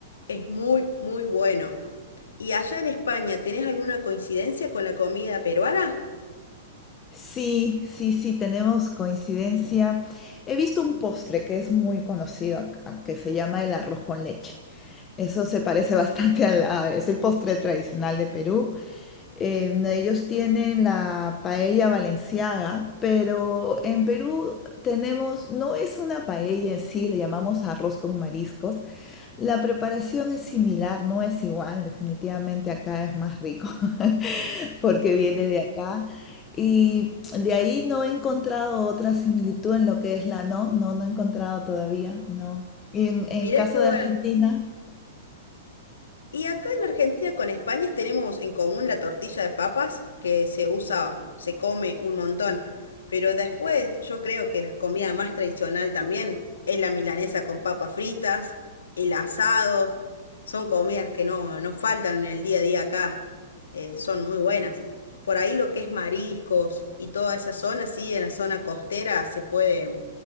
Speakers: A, on the left; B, on the left.
A: Es muy, muy bueno. ¿Y allá en España tenés alguna coincidencia con la comida peruana?
B: Sí, sí, sí, tenemos coincidencia. He visto un postre que es muy conocido, acá, que se llama el arroz con leche. Eso se parece <laughs> bastante a la, es el postre tradicional de Perú. Eh, ellos tienen la paella valenciaga, pero en Perú tenemos, no es una paella en sí, le llamamos arroz con mariscos, la preparación es similar, no es igual, definitivamente acá es más rico, <laughs> porque viene de acá. Y de ahí no he encontrado otra similitud en lo que es la, no, no, no he encontrado todavía, no. Y en, en
A: Mirá
B: caso
A: qué bueno.
B: de Argentina,
A: Y acá en Argentina con España tenemos en común la tortilla de papas, que se usa, se come un montón. Pero después yo creo que la comida más tradicional también es la milanesa con papas fritas, el asado. Son comidas que no, no faltan en el día a día acá. eh, son muy buenas. Por ahí lo que es mariscos y toda esa zona, sí, en la zona costera se puede